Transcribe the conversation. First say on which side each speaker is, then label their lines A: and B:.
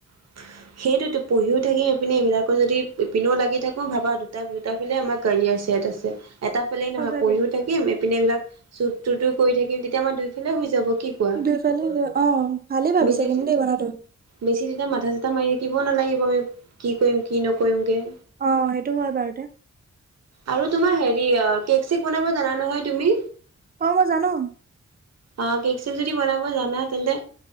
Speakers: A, on the right (about 60°); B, on the right (about 30°).
A: <inaudible> সেইটোত পঢ়িও থাকিম, ইপিনে এইবিলাকো যদি ইপিনেও লাগি থাকোঁ ভাবা দুটা দুটাফালে আমাৰ কেৰিয়াৰ ছেট আছে। এটা- ফালে নহয়,
B: সঁচাকে।
A: পঢ়িও থাকম, এপিনে এইবিলাক শ্বুট টুততো কৰি থাকিম, তেতিয়া আমাৰ দুইফালে হৈ যাব কি- কোৱা?
B: দুইফালে অ, ভালেই ভাবিছা
A: বেছি
B: কিন্তু দেই কথাটো।
A: বেছি তেতিয়া মাথা চিথা মাৰি থাকিব নালাগিব আমি কি কৰিম কি নকৰিমকে।
B: অ সেইটো হয় বাৰু দে।
A: আৰু তোমাৰ হেৰি অ কেক চেক বনাব জানা নহয় তুমি?
B: অ মই জানো।
A: অ কেক যদি বনাব জানা তেন্তে,